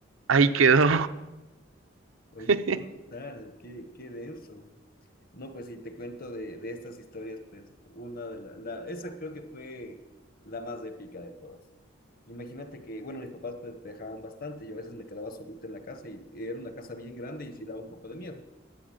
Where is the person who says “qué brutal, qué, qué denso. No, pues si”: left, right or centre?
Left